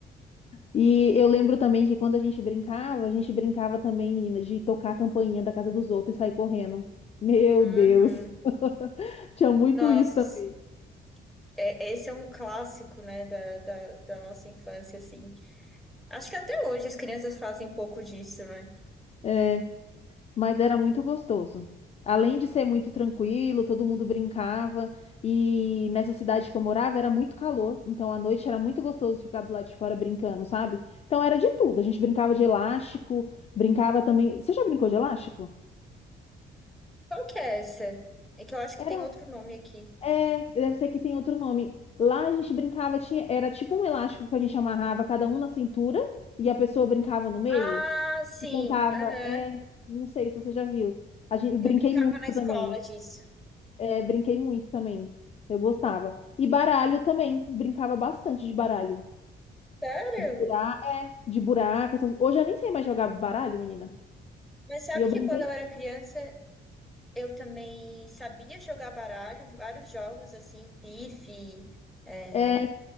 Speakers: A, on the left; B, in the centre.
A: E eu lembro também que quando a gente brincava, a gente brincava também, menina, de tocar a campainha da casa dos outros e sair correndo. Meu
B: Uhum.
A: Deus, <laughs> tinha muito
B: Nossa,
A: isso também.
B: sim. É, esse é um clássico, né, da, da, da nossa infância, assim. Acho que até hoje as crianças fazem um pouco disso, né?
A: É, mas era muito gostoso. Além de ser muito tranquilo, todo mundo brincava. E nessa cidade que eu morava era muito calor, então à noite era muito gostoso ficar do lado de fora brincando, sabe? Então era de tudo. A gente brincava de elástico, brincava também. Você já brincou de elástico?
B: Qual que é essa? É que eu acho que
A: Era.
B: tem outro nome aqui.
A: É, deve ser que tem outro nome. Lá a gente brincava, tinha, era tipo um elástico que a gente amarrava cada um na cintura e a pessoa brincava no meio
B: Ah, sim.
A: e cantava.
B: Aham.
A: É, não sei se você já viu. A gente, eu
B: Eu
A: brinquei
B: brincava
A: muito
B: na escola
A: também.
B: disso.
A: É, brinquei muito também. Eu gostava. E baralho também. Brincava bastante de baralho.
B: Sério?
A: De furar, é, de buraco. Essas... Hoje eu nem sei mais jogar baralho, menina.
B: Mas sabe
A: E eu
B: que
A: brinquei.
B: quando eu era criança, eu também sabia jogar baralho, vários jogos assim, pife, é,
A: É,